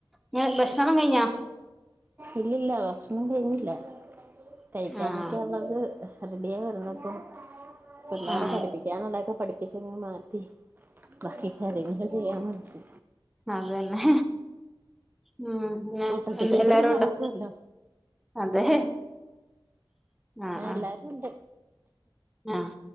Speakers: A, in the centre; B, on the right.
A: ഞെ ഭക്ഷണല്ലാ കഴിഞ്ഞാ
B: ഇല്ലില്ല ഭക്ഷണം കഴഞ്ഞില്ല കഴിക്കാനൊക്കെ
A: ആഹ്
B: ഉള്ളത് റെഡിയാവുന്നപ്പം പിള്ളേരെ
A: ആഹ്
B: പഠിപ്പിക്കാനൊള്ളെക്കെ പഠിപ്പിച്ചെങ്ങ് മാറ്റി ബാക്കി കാര്യങ്ങള് ചെയ്യാന്നോർത്ത്
A: അത് തന്നെ ഉം പിന്നെ
B: കൂട്ടത്തില്
A: എ
B: ഇതും
A: എല്ലാരുംണ്ടോ
B: നടക്കുവല്ലോ
A: അതെ ആഹ്
B: എല്ലാരും
A: ആഹ്
B: ഉണ്ട്
A: ആഹ്